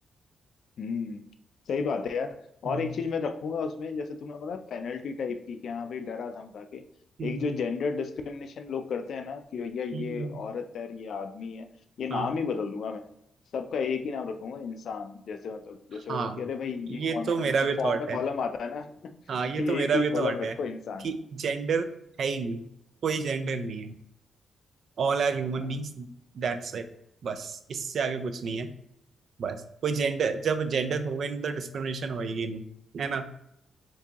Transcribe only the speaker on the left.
हम्म सही बात है यार
और एक चीज मैं रखूंगा उसमें जैसे तुमने बोला पेनल्टी टाइप की कि हाँ भाई डरा धमका के
एक जो जेंडर डिस्क्रिमिनेशन लोग करते हैं ना कि भैया ये
औरत है ये आदमी है ये नाम
ही बदल दूंगा मैं सबका एक ही नाम रखूंगा इंसान जैसे मतलब जैसे
बोला कि अरे भाई ये
कौन
है
जैसे
फॉर्म
में कॉलम
आता है ना <laughs>
ये
एक ही
कॉलम
रखो
इंसान
हाँ